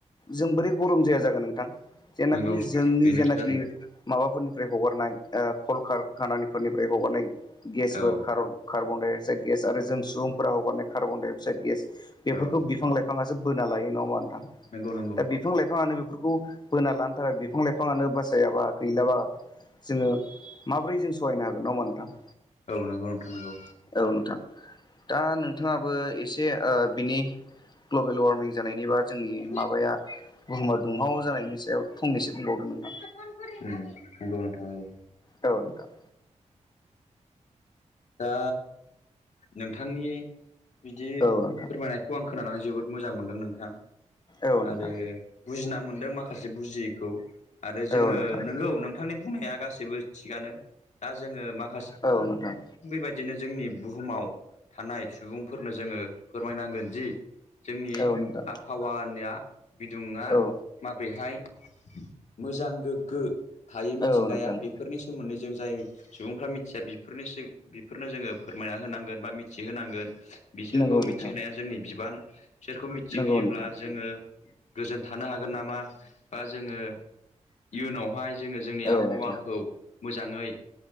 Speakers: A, on the left; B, on the left.
A: जों बोरै गरम जाया जागोन नोंथां? जेनाखि
B: नंगौ
A: जोंनि
B: बेनोसो
A: जेनाखि
B: जादों
A: माबाफोरनिफ्राय हगारनाय ओ कलकारखानानि फोरनिफ्राय हगारनाय गेसफोर
B: औ
A: कारन कार्बन दाइअक्साइड गेस आरो जों सुबुंफोरा हगारनाय कार्बनदाइ अक्साइड गेस बेफोरखौ
B: औ
A: बिफां लाइफांआसो बोना लायो नंङा होमबा नोंथां?
B: नंगौ नंगौ
A: दा बिफां लाइफांआनो बेफोरखौ बोना लानो थाखाय बिफां लाइफांआनो बासाइयाबा गैलाबा। जोंङो माब्रै जों सहायनो हागोन नंङा होमबा नोंथां?
B: औ नंगौ नोंथां नोंगौ।
A: औ नोंथां दा नोंथांङाबो एसे ओ बिनि ग्लबेल वारमिं जानायनि बा जोंनि
B: उम
A: माबा आ बुहुमा दुंहाव जानायनि सायाव फंनैसो बुंबावदो नोंथां।
B: नंगौ नोंथां नंगौ
A: औ नोंथां।
B: दा नोंथांनि बिदि
A: औ नोंथां
B: फोरमायनायखौ आं खो खोनानानै जोबोद मोजां मोनदों नोंथां।
A: औ
B: आरो
A: नोंथां
B: बुजिना मोनदों माखासे बुजियैखौ। आरो जोंङो
A: औ नोंथां
B: नंगौ नोंथांनि बुंनाया गासैबो थिगानो दा जोंङो माख
A: औ नोंथां।
B: बेबायदिनो जोंनि बुहुमाव थानाय सुबुंफोरनो जोंङो फोरमायनांगोन दि जोंनि
A: औ नोंथां
B: आबहावानि आ बिदुं आ
A: औ
B: माब्रैहाय मोजां गोग्गो थायो मिथिंगाया
A: औ नोंथां
B: बेफोरनि सोमोन्दै जों जाय सुबुंफ्रा मिथिया बेफोरनोसो बेफोरनो जोंङो फोरमायना होनांगोन बा मिथिहोनांगोन बिसोरखौ
A: नंगौ
B: मिथिहोनाया
A: नोंथां
B: जोंनि बिबान। बिसोरखौ मिथिहोयोब्ला
A: नंगौ नोंथां
B: जोंङो गोजोन थानो हागोन नामा बा जोंङो इयुनावहाय जोंङो जोंनि आबहावाखौ
A: औ नोंथां
B: मोजांङै